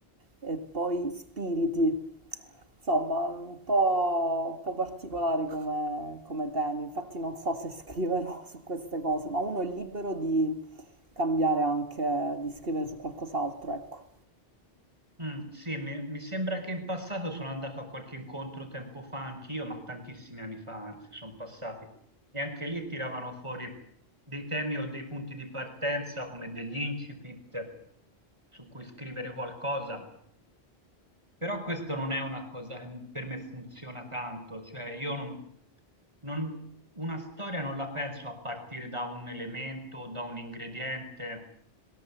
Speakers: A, on the right (about 60°); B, on the right (about 25°).
A: e poi spiriti. Insomma, un po', un po' particolare come, come temi, infatti non so se scriverò su queste cose, ma uno è libero di cambiare anche, di scrivere su qualcos'altro, ecco.
B: mm, sì, mi, mi sembra che in passato sono andato a qualche incontro tempo fa anch'io, ma tantissimi anni fa, anzi, sono passati. E anche lì tiravano fuori dei temi o dei punti di partenza come degli incipit su cui scrivere qualcosa. Però questo non è una cosa che per me funziona tanto, cioè io non, non- una storia non la penso a partire da un elemento, o da un ingrediente,